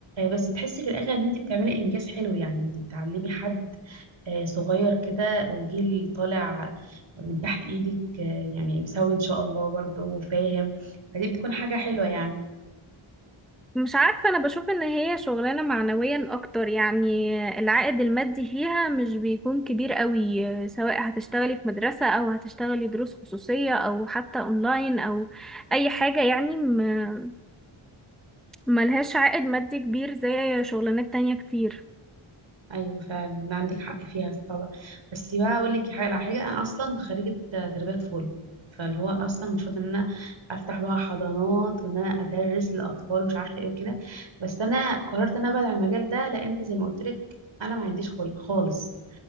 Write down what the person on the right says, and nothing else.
بس تحسي في الاخر ان انت بتعملي انجاز حلو يعني انت بتعلمي حد آه، صغير كده وجيل طالع من تحت ايدك آه، يعني مسوي ان شاء الله برضه وفاهم فدي بتكون حاجة حلوة يعني
ايوه فعلا عندك حق فيها طبعا بس بقى اقول لك حاجة على حاجة انا اصلا خريجة آه، تربية طفولة فاللي هو اصلا المفروض ان انا افتح بقى حضانات وان انا ادرس للاطفال ومش عارفه ايه وكده بس انا قررت ان انا ابعد عن المجال ده لان زي ما قلت لك انا ما عنديش خلق خالص